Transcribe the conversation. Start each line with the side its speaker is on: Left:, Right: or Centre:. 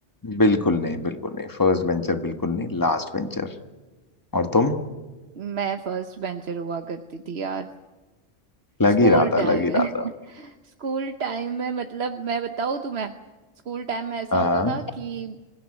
Left: बिल्कुल नहीं बिल्कुल नहीं फर्स्ट वेंचर बिल्कुल नहीं लास्ट वेंचर और तुम
Right: मैं फर्स्ट बेंचर हुआ करती थी यार
Left: लग
Right: स्कूल
Left: ही रहा था
Right: टाइम
Left: लग ही
Right: है
Left: रहा था
Right: <laughs> स्कूल टाइम में मतलब मैं बताऊँ तुम्हें स्कूल टाइम में ऐसा
Left: हाँ
Right: होता था कि